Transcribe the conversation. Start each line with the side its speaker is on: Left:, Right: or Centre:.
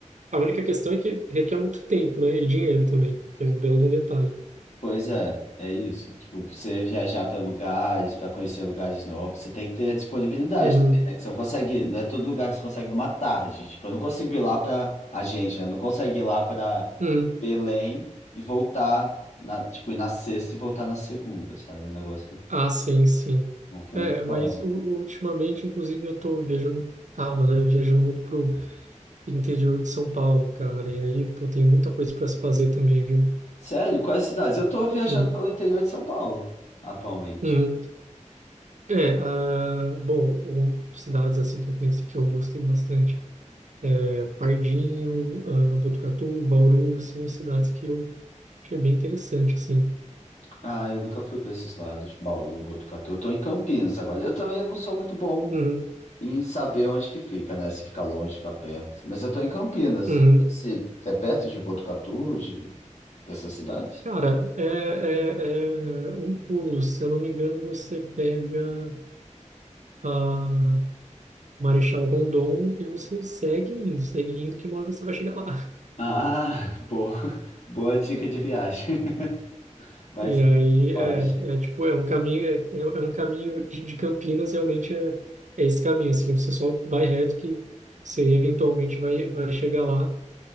Right: a única questão é que requer muito tempo, né, e dinheiro também, que é um belo de um detalhe.
Left: Pois é, é isso. Tipo, você viajar para lugares, para conhecer lugares novos, você tem que ter a disponibilidade
Right: Uhum,
Left: também, né? Que você não consegue, não é todo lugar que você consegue numa tarde. Tipo, eu não consigo ir lá para a gente, né? Eu não consigo ir lá para
Right: uhum.
Left: Belém e voltar na, tipo, ir na sexta e voltar na segunda, sabe? O negócio
Right: Ah, sim, sim.
Left: não funciona.
Right: É, mas u- ultimamente, inclusive, eu tô viajando, tava, né, viajando muito pro interior de São Paulo, cara, e aí, pô, tem muita coisa para se fazer também, viu?
Left: Sério, quais cidades? Eu tô viajando
Right: Uhum,
Left: pelo interior de São Paulo atualmente.
Right: uhum. É, ah, bom, um, cidades assim que eu conheci que eu gostei bastante. É, Pardinho, ah, Botucatu, Bauru, são cidades que eu achei bem interessante, assim.
Left: Ah, eu nunca fui para esses lados, Bauru, Botucatu. Eu tô em Campinas agora. Eu também não sou muito bom
Right: Uhum,
Left: E saber onde que fica, né? Se fica longe, fica perto. Mas eu tô em Campinas.
Right: uhum.
Left: Se é perto de Botucatu, de... dessa cidade?
Right: Cara, é, é, é um pulo, se eu não me engano, você pega a Marechal Rondon e você segue indo, segue indo, que uma hora você vai chegar lá.
Left: Ah, <laughs> boa, boa dica de viagem. <laughs> Vai
Right: E
Left: ser
Right: aí
Left: foda,
Right: é,
Left: Chico.
Right: é tipo, é um caminho, é, é é um caminho de, de Campinas, realmente é, é esse caminho, assim, você só vai reto que você eventualmente vai, vai chegar lá,